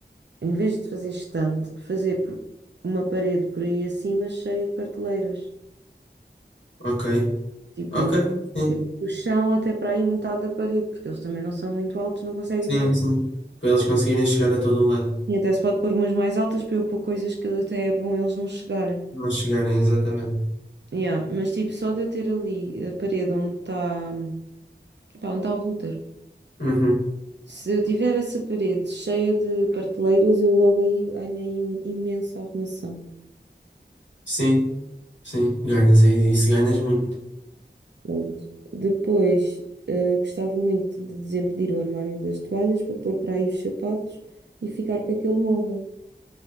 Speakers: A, on the right (about 70°); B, on the left (about 80°).
A: em vez de fazer estante, fazer por- uma parede por aí acima cheia de prateleiras.
B: Ok.
A: Tipo,
B: Ok, sim,
A: O chão até para aí metade da parede, porque eles também não são muito altos, não conseguem.
B: sim, sim. Para eles conseguirem chegar a todo o lado.
A: E até se pode pôr umas mais altas para eu pôr coisas que até é bom eles não chegarem.
B: Não chegarem, exatamente.
A: Yeah, mas tipo, só de eu ter ali a parede onde está, onde está o router.
B: Uhum.
A: Se eu tiver essa parede cheia de prateleiras, eu logo aí ganhei imensa arrumação.
B: Sim, sim, ganhas. E isso ganhas muito.
A: Pronto. Depois, eh, gostava muito de desempedir o armário das toalhas para pôr para aí os sapatos e ficar com aquele móvel.